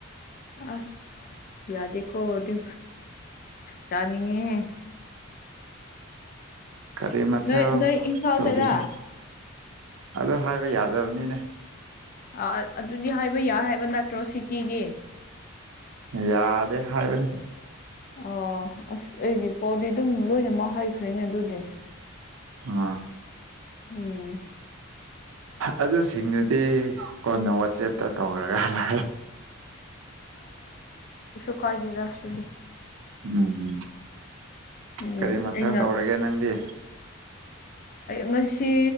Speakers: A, on the left; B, on the right.
A: ꯑꯁ ꯌꯥꯗꯦꯀꯣꯗ ꯆꯅꯤꯡ ꯉꯦ ꯍꯦ
B: ꯀꯔꯤꯃꯊꯦꯜ
A: ꯅꯣꯏ ꯅꯣꯏ ꯏꯝꯐꯥꯜꯗꯔꯥ
B: ꯇꯧꯕꯤꯔꯦ? ꯑꯗ ꯍꯥꯏꯕ ꯌꯥꯗꯕꯅꯤꯅꯦ꯫
A: ꯑ ꯑꯗꯨꯗꯤ ꯍꯥꯏꯕ ꯌꯥꯏ ꯍꯥꯏꯕ ꯅꯠꯇ꯭ꯔꯣ ꯁꯤꯇꯤꯗꯤ꯫
B: ꯌꯥꯗꯦ ꯍꯥꯏꯕꯅꯤ
A: ꯑ ꯑꯁ ꯑꯩꯒꯤ ꯄꯣꯗꯤ ꯑꯗꯨꯝ ꯂꯣꯏꯅꯃꯛ ꯍꯩꯈ꯭ꯔꯦꯅꯦ ꯑꯗꯨꯗꯤ
B: ꯑꯝ
A: ꯎꯝ
B: ꯑꯗꯨꯁꯤꯡꯗꯨꯗꯤ ꯀꯣꯟꯅ ꯋꯥꯆꯦꯞ ꯇꯅꯒꯂ
A: ꯀꯣꯏꯗꯦꯗꯁꯗꯤ
B: ꯎꯝ ꯎꯝ
A: ꯎꯝ
B: ꯀꯔꯤ ꯃꯊꯊꯧ
A: ꯑꯩꯅ
B: ꯇꯧꯔꯒꯦ ꯅꯪꯗꯤ
A: ꯉꯁꯤ